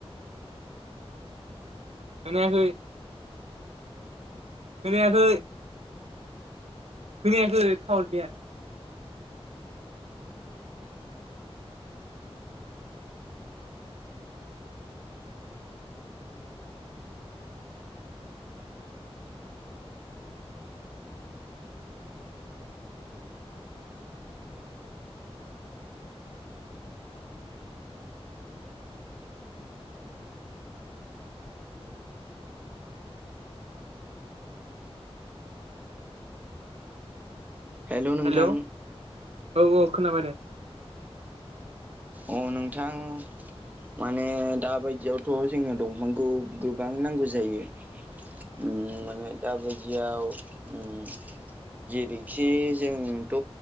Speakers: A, on the right; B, on the right.
A: खोनायाखै खोनायाखै खोनायाखै थाव गैया होनना
B: हेल' नोंथां
A: हेलौ औ औ खोनाबाय दे
B: अ नोंथां माने दााबायदियावथ' जोंनो दंफांखौ गोबां नांगौ जायो उम माने दा बायदियाव उम जेरैखि जोंथ'